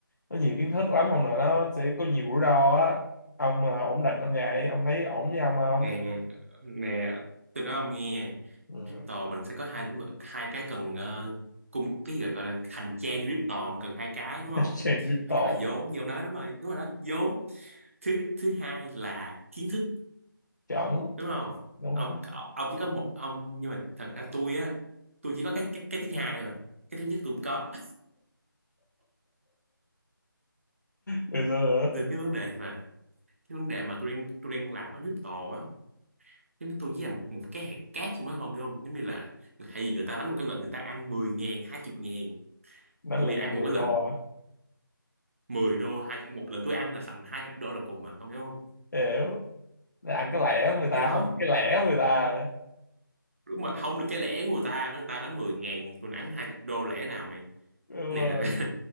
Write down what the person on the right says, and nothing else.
nè nè tôi nói ông nghe
crypto mình sẽ có hai lĩnh vực hai cái cần ờ, cung cái gọi, gọi là hành trang crypto cần hai cái đúng
không
thứ nhất là vốn như ông nói đúng rồi đúng rồi đó vốn thứ thứ hai là kiến thức
đúng không
ông
ông chỉ có một ông nhưng mà thật ra tôi á tôi chỉ có cái cái, cái thứ hai rồi cái thứ nhất tôi cũng có
nên cái vấn đề mà cái vấn đề mà tôi đang tôi đang làm ở crypto á giống như tôi với một, một cái hạt cát trong đó không hiểu không giống như là hay gì người ta đánh một cái lệnh người ta ăn mười ngàn 20 ngàn
tôi
ăn
một cái
lệnh
mười đô hai một lệnh tôi ăn là tầm 20 đô là cùng mà không hiểu không
thì
đó
đúng mà không được cái lẻ của người ta nó người ta đánh mười ngàn tôi đánh 20 đô lẻ nào mày
cái
này là